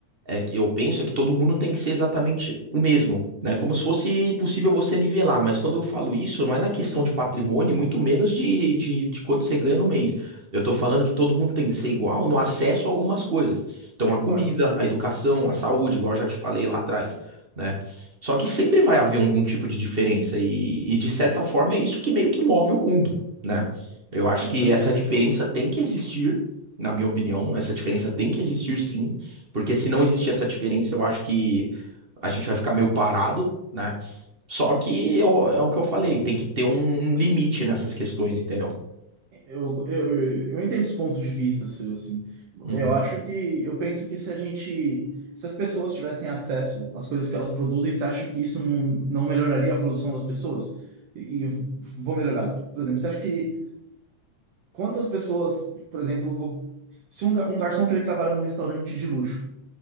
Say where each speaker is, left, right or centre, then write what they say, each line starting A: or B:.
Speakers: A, on the right (about 35°); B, on the right (about 60°).
A: é que eu penso é que todo mundo tem que ser exatamente o mesmo, né? Como se fosse possível você nivelar, mas quando eu falo isso, não é na questão de patrimônio, muito menos de, de, de quanto você ganha no mês. Eu tô falando que todo mundo tem que ser igual no acesso a algumas coisas. Então, a
B: Concordo.
A: comida, a educação, a saúde, igual eu já te falei lá atrás, né? Só que sempre vai haver algum tipo de diferença, e, e de certa forma é isso que meio que move o mundo, né? Eu acho
B: Sim,
A: que
B: eu também
A: essa
B: acho.
A: diferença tem que existir, na minha opinião, essa diferença tem que existir sim porque se não existir essa diferença, eu acho que a gente vai ficar meio parado, né? Só que eu- é o que eu falei, tem que ter um um limite nessas questões, entendeu?
B: Eu, eu, eu, eu entendo esse ponto de vista seu, assim.
A: Uhum,
B: Eu acho que, eu penso que se a gente, se as pessoas tivessem acesso às coisas que elas produzem, você acha que isso não, não melhoraria a produção das pessoas? E, e vou melhorar. Por exemplo, você acha que Quantas pessoas, por exemplo, vo- se um, ga- um garçom que ele trabalha num restaurante de luxo,